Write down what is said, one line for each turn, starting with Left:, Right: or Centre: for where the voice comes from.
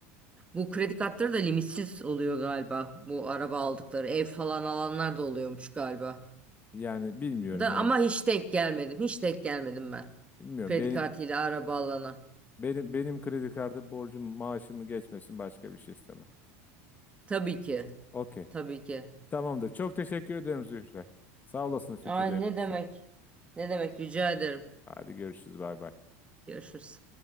Right: Bu kredi kartları da limitsiz oluyor galiba. Bu araba aldıkları, ev falan alanlar da oluyormuş galiba.
Left: Yani bilmiyorum
Right: Da
Left: yani
Right: ama hiç denk gelmedim. Hiç denk gelmedim ben.
Left: bilmiyorum.
Right: Kredi
Left: Benim
Right: kartıyla araba alana.
Left: benim benim kredi kartı borcum maaşımı geçmesin başka bir şey istemem.
Right: Tabii ki.
Left: Okey.
Right: Tabii ki.
Left: Tamamdır. Çok teşekkür ediyorum Zühre. Sağ olasın fikirlerin
Right: Ay ne
Left: için.
Right: demek? Ne demek? Rica ederim.
Left: Hadi görüşürüz. Bay bay.
Right: Görüşürüz.